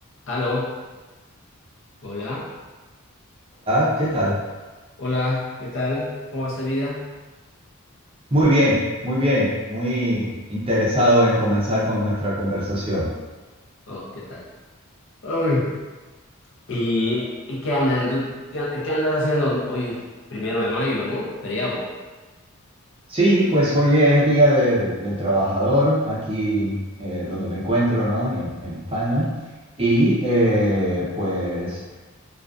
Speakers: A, on the left; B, on the right.
A: Aló, hola,
B: Hola, ¿qué tal?
A: hola, ¿qué tal? ¿Cómo va esa vida?
B: Muy bien, muy bien, muy interesado en comenzar con nuestra conversación.
A: Oh, ¿qué tal? Ay. ¿Y, y qué andas, en tu- qué, an- qué andas haciendo hoy, primero de mayo, ¿no? Feriado.
B: Sí, pues hoy es Día del, del Trabajador aquí eh, donde me encuentro, ¿no? En, en España. Y eh, pues